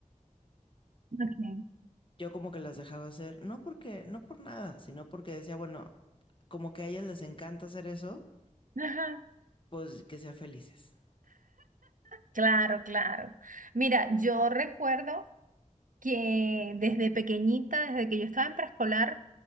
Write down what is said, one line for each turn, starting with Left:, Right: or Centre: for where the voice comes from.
Right: ok.
Left: yo como que las dejaba hacer, no porque, no por nada, sino porque decía, bueno, como que a ellas les encanta hacer eso,
Right: Ajá.
Left: pues que sean felices.
Right: Claro, claro. Mira, yo recuerdo que desde pequeñita, desde que yo estaba en preescolar,